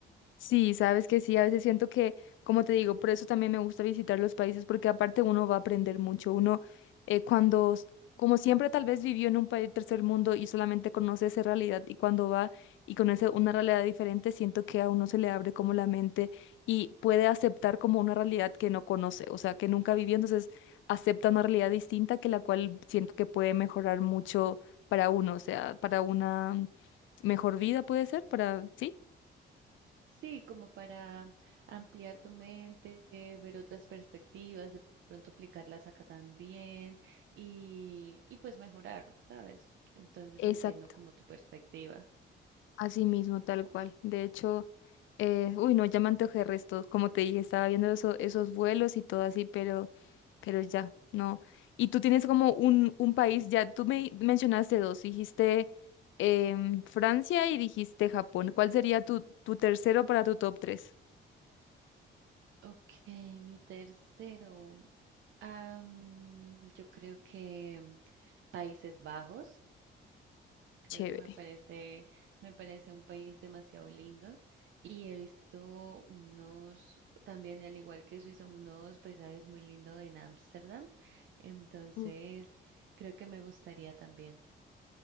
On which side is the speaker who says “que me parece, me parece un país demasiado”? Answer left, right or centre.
Right